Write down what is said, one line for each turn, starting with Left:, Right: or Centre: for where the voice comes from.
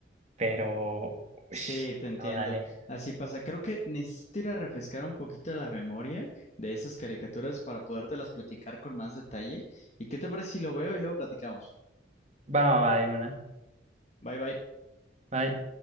Right: pero...
Left: Sí,
Right: ush,
Left: te entiendo.
Right: no, dale.
Left: Así pasa. Creo que necesito ir a refrescar un poquito la memoria de esas caricaturas para podértelas platicar con más detalle. ¿Y qué te parece si lo veo y luego platicamos?
Right: Va, va, va, de una.
Left: Bye bye.
Right: Bye.